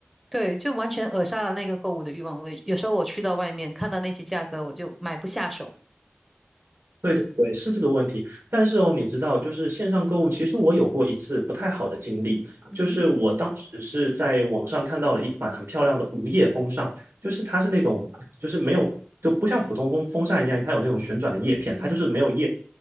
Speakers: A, in the centre; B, on the right (about 85°).
A: 对，就完全扼杀了那个购物的欲望。我有时候我去到外面看到那些价格，我就买不下手。
B: 对对对，是这个问题。但是哦，你知道，就是线上购物，其实我有过一次不太好的经历，
A: 嗯哼，
B: 就是我当时是在网上看到了一款很漂亮的无叶风扇，就是它是那种，就是没有，就不像普通风风扇一样，它有那种旋转的叶片，
A: 嗯哼，
B: 它就是没有叶。